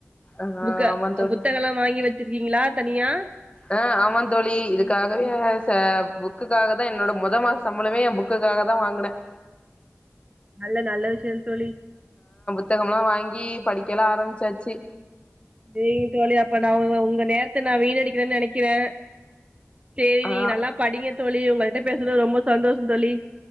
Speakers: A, on the left; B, on the right.
A: ஆ
B: புக்க
A: ஆமா தோழி
B: புத்தகம் எல்லாம் வாங்கி வச்சிருக்கீங்களா தனியா
A: ஆஹ் ஆமா தோழி இதுக்காகவே
B: ம்
A: ச புக்குக்காக தான் என்னோட மொல் மாச சம்பளமே என் புக்குக்காக தான் வாங்குனேன்
B: நல்ல நல்ல விஷயம் தோழி
A: புத்தகம் லாம் வாங்கி படிக்கலாம் ஆரம்பிச்சாச்சு
B: சேரிங்க தோழி அப்ப நான் உ உங்க நேரத்த நான் வீணடிக்கிறேன்னு நினைக்கிறேன் சேரி
A: ஆ
B: நீங்க நல்லா படிங்க தோழி உங்கள்ட்ட பேசுனது ரொம்ப சந்தோஷம் தோழி